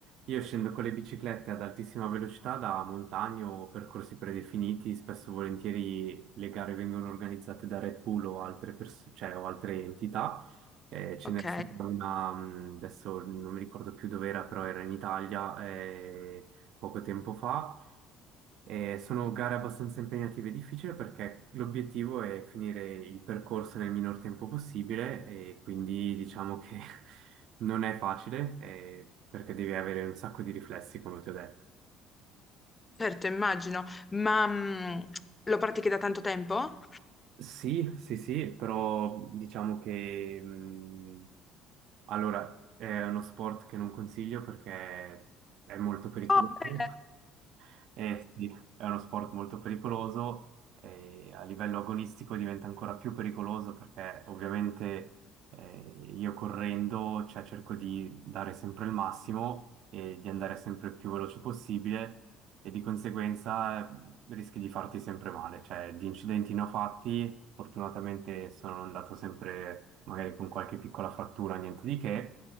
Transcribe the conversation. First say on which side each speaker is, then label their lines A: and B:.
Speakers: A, on the right; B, on the left.
A: io scendo con le biciclette ad altissima velocità da montagne o percorsi predefiniti, spesso e volentieri le gare vengono organizzate da Red Bull o altre pers- cioè, o altre entità. Eh, ce
B: Ok,
A: n'è stata una, mh, adesso non mi ricordo più dove era, però era in Italia eh, poco tempo fa. Eh, sono gare abbastanza impegnative e difficili perché l'obiettivo è finire il percorso nel minor tempo possibile e quindi diciamo che <laughs> non è facile eh, perché devi avere un sacco di riflessi, come ti ho detto.
B: certo, immagino, ma mm, lo pratichi da tanto tempo?
A: Sì, sì, sì, però diciamo che mh, allora è uno sport che non consiglio perché è molto pericoloso.
B: Correre.
A: Eh sì, è uno sport molto pericoloso e a livello agonistico diventa ancora più pericoloso perché ovviamente eh, io correndo, cioè, cerco di dare sempre il massimo e di andare sempre il più veloce possibile e di conseguenza eh, rischi di farti sempre male, cioè di incidenti ne ho fatti, fortunatamente sono andato sempre magari con qualche piccola frattura, niente di che,